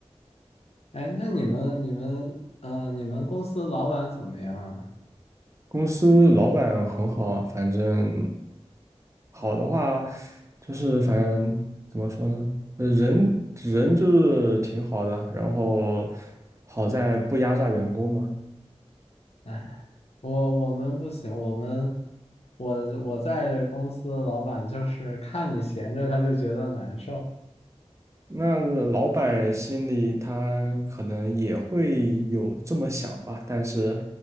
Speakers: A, on the left (about 65°); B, on the right (about 25°).
A: 哎，那你们你们嗯、呃你们公司老板怎么样啊？
B: 公司老板很好，反正好的话就是反正怎么说呢，呃人人就是挺好的，然后好在不压榨员工嘛。
A: 哎，我我们不行，我们我我在这公司老板就是看你闲着他就觉得难受。
B: 那老板心里他可能也会有这么想吧，但是